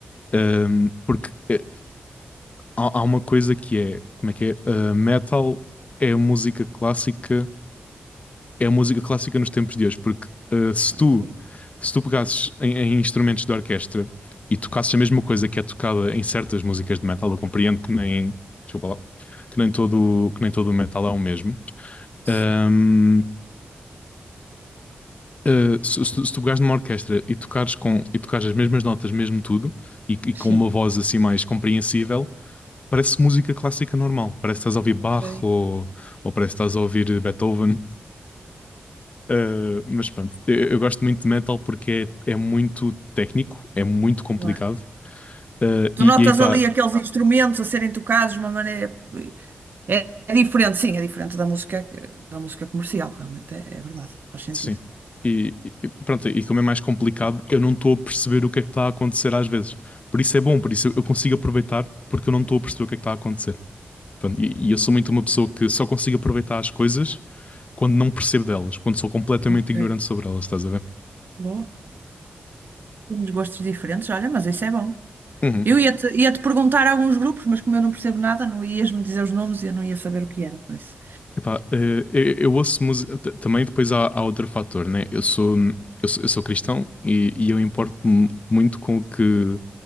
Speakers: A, on the left; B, on the right.
A: Hum, porque eh, há, há uma coisa que é, como é que é? Uh, metal é música clássica, é música clássica nos tempos de hoje, porque uh, se
B: Ah,
A: tu
B: sim.
A: se tu pegasses em, em instrumentos de orquestra e tocasses a mesma coisa que é tocada em certas músicas de metal, eu compreendo que nem,
B: Oh,
A: desculpa lá, que nem todo, que nem todo o metal é o mesmo.
B: Certo.
A: Ahm, ah, se, se tu- se pegares numa orquestra e tocares, com, e tocares as mesmas notas, mesmo tudo, e, e
B: Sim.
A: com uma voz assim mais compreensível, parece música clássica normal. Parece que estás a ouvir Bach
B: Ok.
A: ou, ou parece que estás a ouvir Beethoven. Ah, mas pronto, eu, eu gosto muito de metal porque é, é muito técnico, é muito complicado
B: Claro.
A: Uh,
B: Tu
A: e,
B: notas
A: e aí está,
B: ali aqueles instrumentos a serem tocados de uma maneira. eh, É, é diferente, sim, é diferente da música, da música comercial, realmente, é, é verdade, faz sentido.
A: sim. E, e pronto, e como é mais complicado, eu não estou a perceber o que é que está a acontecer às vezes. Por isso é bom, por isso eu consigo aproveitar, porque eu não estou a perceber o que é que está a acontecer. Pronto, e, e eu sou muito uma pessoa que só consigo aproveitar as coisas quando não percebo delas, quando sou completamente
B: Ok,
A: ignorante sobre elas, estás a ver?
B: boa. Temos gostos diferentes, olha, mas isso é bom.
A: Uhum.
B: Eu ia-te ia-te perguntar alguns grupos, mas como eu não percebo nada, não ias-me dizer os nomes e eu não ia saber o que era, por isso.
A: Epá, eh, eu, eu ouço música. Também depois há, há outro fator, né? Eu sou, eu sou, eu sou cristão e, e eu importo-me muito com o que,